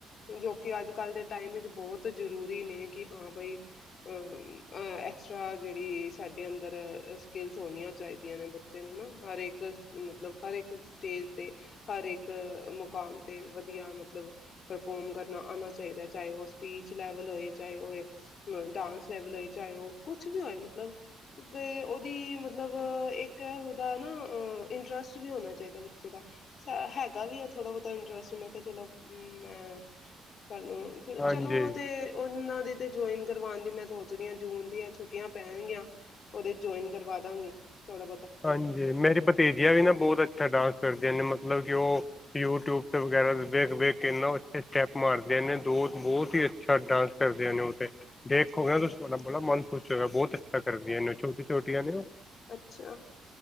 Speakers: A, on the left; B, on the left.
A: ਜੋ ਕਿ ਅੱਜ ਕੱਲ੍ਹ ਦੇ ਟਾਈਮ ਵਿੱਚ ਬਹੁਤ ਜ਼ਰੂਰੀ ਨੇ। ਕਿ ਹਾਂ ਬਾਈ ਅਹ <unintelligible> ਐਕਸਟਰਾ ਜਿਹੜੀ ਸਾਡੇ ਅੰਦਰ ਸਕਿੱਲਸ ਹੋਣੀਆਂ ਚਾਹੀਦੀਆਂ ਨੇ ਬੱਚੇ ਨੂੰ ਨਾ ਹਰੇ ਇੱਕ ਮਤਲਬ ਹਰ ਇੱਕ ਸਟੇਜ 'ਤੇ ਹਰ ਇੱਕ ਮੁਕਾਮ 'ਤੇ ਵਧੀਆ ਮਤਲਬ ਪਰਫੋਰਮ ਕਰਨਾ ਆਉਣਾ ਚਾਹੀਦਾ ਚਾਹੇ ਉਹ ਸਪੀਚ ਲੈਵਲ ਹੋਏ ਚਾਹੇ ਉਹ ਡਾਂਸ ਲੈਵਲ ਹੋਏ। ਚਾਹੇ ਉਹ ਕੁਛ ਵੀ ਹੋਏ ਮਤਲਬ ਅਤੇ ਉਹਦੀ ਮਤਲਬ ਇੱਕ ਉਹਦਾ ਨਾ ਇੰਟਰਸਟ ਵੀ ਹੋਣਾ ਚਾਹੀਦਾ ਬੱਚੇ ਦਾ ਹੈਗਾ ਵੀ ਹੈ। ਥੋੜ੍ਹਾ ਬਹੁਤਾ ਇੰਟਰਸਟ ਮੈਂ ਕਿਹਾ ਚਲੋ। ਹਮ ਮੈਂ ਤੁਹਾਨੂੰ
B: ਹਾਂਜੀ
A: ਚਲੋ ਉਹਦੇ ਉਹਨਾਂ ਤੇ ਜੁਇਨ ਕਰਵਾਉਣ ਦੀ ਮੈਂ। ਜਿਹੜੀਆਂ ਜੂਨ ਦੀਆਂ ਛੁੱਟੀਆਂ ਪੈਣਗੀਆਂ ਉਹਦੇ ਜੁਆਇਨ ਕਰਵਾ ਦਾਂਗੀ। ਥੋੜ੍ਹਾ
B: ਹਾਂਜੀ ਮੇਰੀ ਭਤੀਜੀਆ ਵੀ ਨਾ ਬਹੁਤ ਅੱਛਾ ਡਾਂਸ। ਕਰਦਿਆਂ ਨੇ ਮਤਲਬ ਕਿ ਉਹ ਯੂਟਿਊਬ ਤੇ ਵਗੈਰਾ ਵੇਖ ਵੇਖ ਇਨਾ ਅੱਛੇ ਸਟੈਪ ਮਾਰਦਿਆ ਨੇ ਦੋ ਬਹੁਤ ਹੀ ਅੱਛਾ ਡਾਂਸ ਕਰਦੇਆਂ ਨੇ ਉੱਥੇ। ਦੇਖੋਗੇ
A: ਬਹੁਤਾ
B: ਨਾ ਤੁਸੀਂ ਤੁਹਾਡਾ ਆਪਣਾ ਮਨ। ਕੁੱਛ ਜਗਾ ਬਹੁਤ ਹੈ। ਕਿਆ ਕਰਦੀਆਂ ਨੇ ਇਹਨ ਛੋਟੀ ਛੋਟੀਆਂ ਨੇ ਉਹ
A: ਅੱਛਾ